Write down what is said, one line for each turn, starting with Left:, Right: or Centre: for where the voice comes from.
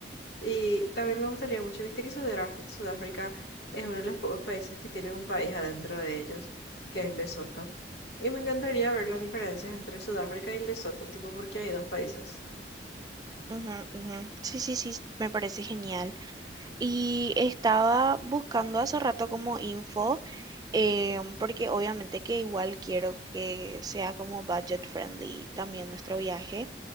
Left: Y también me gustaría mucho, viste que Sudera- Sudáfrica es uno de los pocos países que tienen un país adentro de ellos, que es Lesoto. Y me encantaría ver las diferencias entre Sudáfrica y Lesoto, tipo porque hay dos países.
Right: ujú, ujú. Sí, sí, sí, me parece genial. Y estaba buscando hace rato como info, eh, porque obviamente que igual quiero que sea como budget friendly también nuestro viaje.